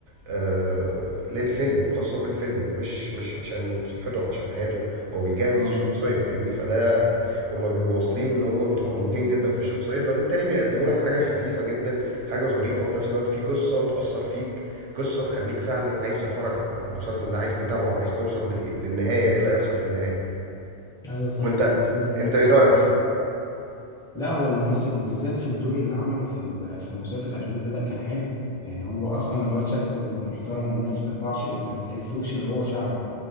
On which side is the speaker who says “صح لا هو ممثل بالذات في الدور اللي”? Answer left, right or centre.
Centre